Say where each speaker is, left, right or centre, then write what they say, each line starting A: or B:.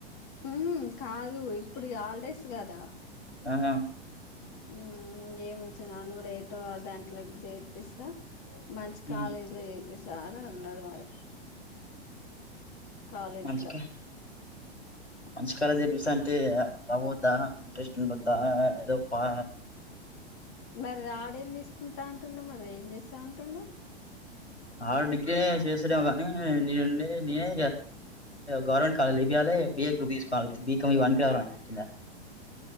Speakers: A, on the left; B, on the left.
A: హ్ కాదు ఇప్పుడు హాలిడేస్ గాదా
B: ఆహా.
A: హ్మ్ ఇంకేముంచాను అన్ని కూడా ఏటో దాంట్లకి చేర్పిస్తా. మంచి
B: ఉహు
A: కాలేజీ లో చేపిస్త. చానా అన్నాడు మరి. కాలే
B: మంచిగా
A: ఇట్లా
B: మంచి కాలేజ్ చేర్పిస్తా అంటే ఆ వద్దా ఇంట్రెస్ట్ ఉండొద్దా ఏదో పా.
A: మరి రాడేం తీసుకుంటా అంటుండు మరి ఏం చేస్తా అంటుండు.
B: ఆ డిగ్రీ చేస్తాడేమో కానీ నేనుండి నేనే గవర్నమెంట్ కాలేజ్ ఎపియాలి బిఏ గ్రూప్ తీసుకోవాలి బికామ్ ఇవన్నీ పనికిరావు రా వాని కింద.